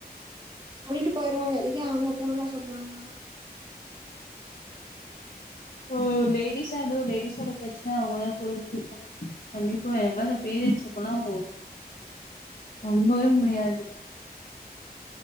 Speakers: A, on the right; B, on the left.
A: ட் போயிருவாங்க இதே அவங்க போணும்ன்னா சொல்லுவாங்களா
B: ஓஓ ம் <unintelligible> லேடிஸ்இருந்த லேடிஸோட பிரச்சனை அவங்களதான் சரிஞ்சங்க கண்டிப்பா எனக்கு ல அந்த ப்ரியட்ஸ் அப்பல்லாம் ரொம்பவே முடியாது